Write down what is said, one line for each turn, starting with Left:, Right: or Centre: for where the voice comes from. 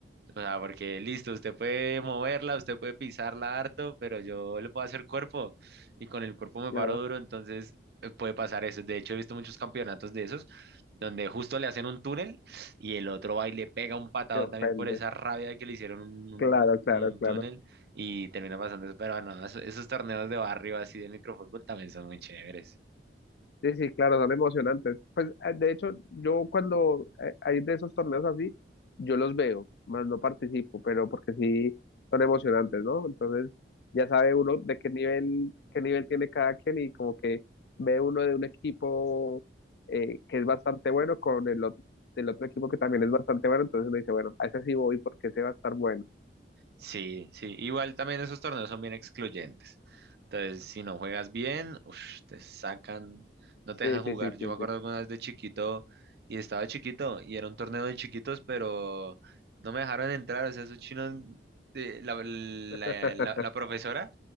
Right: O sea, porque listo, usted puede moverla, usted puede pisarla harto, pero yo le puedo hacer cuerpo y con el cuerpo me
Left: claro,
Right: paro duro, entonces eh, puede pasar eso. De hecho, he visto muchos campeonatos de esos donde justo le hacen un túnel y el otro va y le pega un patadón
Left: se ofende.
Right: también por esa rabia de que le hicieron un, un-
Left: Claro, claro,
Right: un
Left: claro.
Right: túnel y termina pasando eso. Pero no, eso- esos, torneos de barrio así de microfútbol también son muy chéveres.
Left: Sí, sí, claro, son emocionantes. Pues eh, de hecho, yo cuando eh, hay de esos torneos así, yo los veo, más no participo, pero porque sí son emocionantes, ¿no? Entonces ya sabe uno de qué nivel, qué nivel tiene cada quien y como que ve uno de un equipo eh, que es bastante bueno con el otro, del otro equipo que también es bastante bueno, entonces uno dice, bueno, a ese sí voy porque ese va a estar bueno.
Right: Sí, sí, igual también esos torneos son bien excluyentes. Entonces, si no juegas bien, ush, te sacan, no te
Left: Sí,
Right: dejan jugar.
Left: sí, sí,
Right: Yo
Left: sí,
Right: me acuerdo
Left: sí.
Right: alguna vez de chiquito y estaba chiquito y era un torneo de chiquitos, pero no me dejaron entrar. O sea, esos chinos, eh, la, la-
Left: <laughs>
Right: la- la profesora